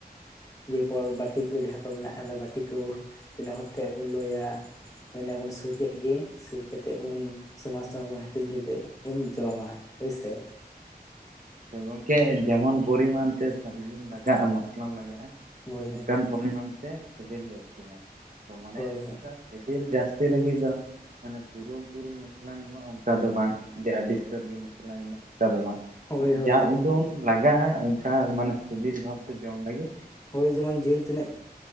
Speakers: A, on the left; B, on the right.
A: ᱫᱤᱭᱟᱹᱯᱚᱨ ᱵᱟᱹᱴᱤ ᱠᱩ ᱡᱟᱦᱟᱸ ᱠᱚ ᱢᱮᱱᱟᱜ ᱠᱟᱫᱟ ᱵᱟᱴᱤ ᱠᱩ ᱛᱤᱱᱟᱹᱜ ᱦᱚᱲ ᱴᱷᱮᱡ ᱵᱚᱱ ᱞᱩᱭᱟ ᱦᱳᱭ ᱮᱱᱟᱵᱚᱱ ᱥᱩᱨ ᱠᱮᱜ ᱜᱮ ᱥᱩᱨ ᱠᱮᱛᱮᱜ ᱵᱚᱱ ᱥᱚᱢᱟᱱ ᱥᱚᱢᱟᱱ ᱵᱚᱱ ᱦᱟᱹᱴᱤᱧ ᱠᱮᱛᱮᱜ ᱵᱚᱱ ᱡᱚᱢᱟ ᱦᱳᱭᱥᱮ᱾
B: ᱛᱚ ᱜᱚᱝᱠᱮ ᱡᱮᱢᱚᱱ ᱯᱚᱨᱤᱢᱟᱱ ᱛᱮ ᱥᱟᱜᱩᱱ ᱞᱟᱜᱟᱜ-ᱟ ᱢᱚᱥᱞᱟᱢ ᱞᱟᱜᱟᱜ-ᱟ
A: ᱦᱳᱭ
B: ᱚᱝᱠᱟᱱ ᱯᱚᱨᱤᱢᱟᱱ ᱛᱮ ᱥᱮᱵᱮᱞ ᱡᱟᱹᱥᱛᱤᱜ-ᱟ ᱛᱚ ᱢᱟᱱᱮ
A: ᱦᱳᱭ
B: ᱚᱝᱠᱟ ᱥᱤᱵᱤᱞ ᱡᱟᱹᱥᱛᱤ ᱞᱟᱹᱜᱤᱫ ᱫᱚ ᱢᱟᱱᱮ ᱯᱩᱨᱟᱹᱢ ᱯᱩᱨᱤ ᱢᱚᱥᱞᱟᱢ ᱮᱢᱟᱜ ᱚᱝᱠᱟ ᱫᱚ ᱵᱟᱝ ᱡᱮ ᱟᱹᱰᱤ ᱩᱥᱛᱟᱹᱨ ᱜᱮ ᱢᱚᱥᱞᱟᱧ ᱮᱢᱟᱜ ᱚᱱᱠᱟ ᱫᱚ ᱵᱟᱝ᱾
A: ᱦᱳᱭ
B: ᱢᱟᱱᱮ
A: ᱦᱳᱭ
B: ᱡᱟ ᱩᱰᱩᱝ ᱞᱟᱜᱟᱜᱟ ᱟ ᱚᱱᱠᱟ ᱦᱚᱸ ᱢᱟᱱᱮ ᱥᱤᱵᱤᱞ ᱵᱷᱟᱵᱛᱮ ᱡᱚᱢ ᱞᱟᱹᱜᱤ
A: ᱦᱳᱭ ᱡᱮᱢᱚᱱ ᱡᱤᱞ ᱛᱤᱱᱟᱹᱜ